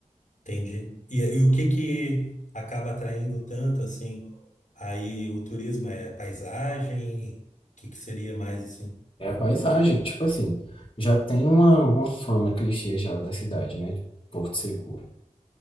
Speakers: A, on the left (about 65°); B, on the left (about 40°).
A: Entendi. E, e o que que acaba atraindo tanto, assim? Aí o turismo é paisagem? O que que seria mais, assim?
B: É a paisagem, tipo assim, já tem uma, uma fama clichê já da cidade, né? de Porto Seguro.